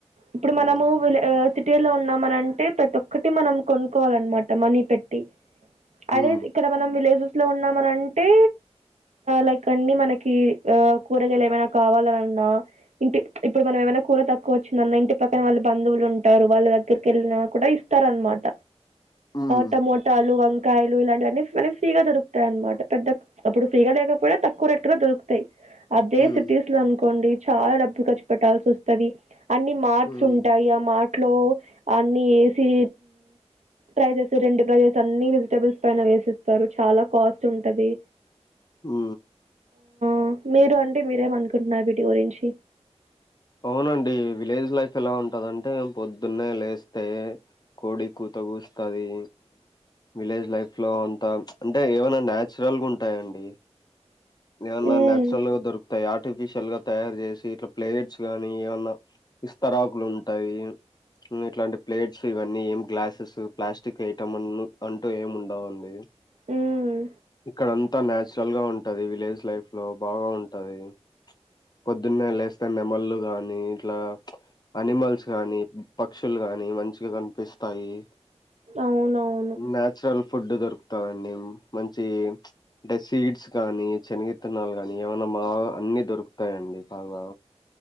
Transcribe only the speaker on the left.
హ్మ్.
హ్మ్.
హ్మ్.
హ్మ్.
హ్మ్.
మ్
అవునండి. విలేజ్ లైఫ్ ఎలా ఉంటదంటే పొద్దున్నే లేస్తే కోడి కూత కూస్తది విలేజ్ లైఫ్ లో అంతా అంటే ఏమన్నా నాచురల్గా ఉంటాయండి ఏమన్నా
నేచురల్గా దొకుతాయి ఆర్టిఫిషిల్ ల్ గా తయారు చేసి ఇట్ల ప్లేట్స్ గానీ ఏమన్నా విస్తరాకులు ఉంటాయి ఇట్లాంటి ప్లేట్స్ ఇవన్నీ ఏం గ్లాసెస్ ప్లాస్టిక్ ఐటమ్ అంటూ ఏమి ఉండవండి
ఇక్కడ అంతా తా నేచురల్గా ఉంట ఉంటది విలేజ్ లైఫ్ లో బాగా ఉంటది పొద్దున్నే లేస్తే నెమల్లు గాని ఇట్లా అనిమల్స్ గాని పక్షులు గాని మంచిగా కనిపిస్తాయి
నేచురల్ ఫుడ్ దరుకు తాది అండి మంచి అంటే సీడ్స్ గానీ శనగిత్తనాలు గాని ఏమన్నా బాగా అన్ని దొరుకుతాయంండి బాగా.